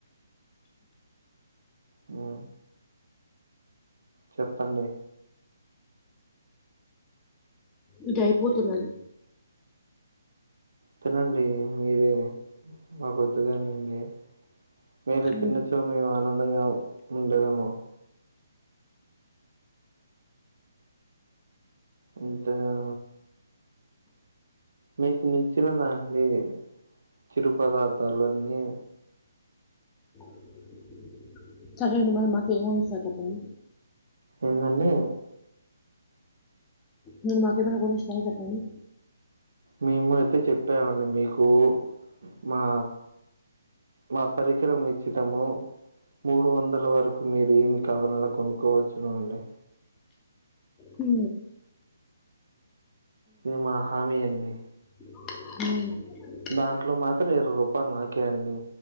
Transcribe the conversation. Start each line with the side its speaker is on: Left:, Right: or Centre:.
Right: ఉ చెప్పండి
Left: ఇది అయిపోతుందండి
Right: తినండి మీరే మాకొద్దు గాని ఇ మీరు
Left: మ్మ్.
Right: తిన్నచో మేము ఆనందంగా ఉండదేమో అంతే ఆ మీకు మించిన దండి చిరు పదార్థాలు అన్ని
Left: <inaudible> సరే అండి మరి మాకు ఏమి ఉండిస్తారు చెప్పండి
Right: ఏందండి
Left: మీరు మాకేదన్న కొనిస్తార చెప్పండి
Right: మేము అయితే చెప్పామండి మీకు మా మా పరిక్రమం ఇచ్చుటము మూడు వందల వరకు మీరు ఏమి కావాలన్నా కొనుక్కోవచ్చు అండి
Left: ఉ
Right: ఇది మా హామీ అండి
Left: మ్మ్
Right: దాంట్లో మాత్రం ఇరవై రూపాయలు నాకేయండి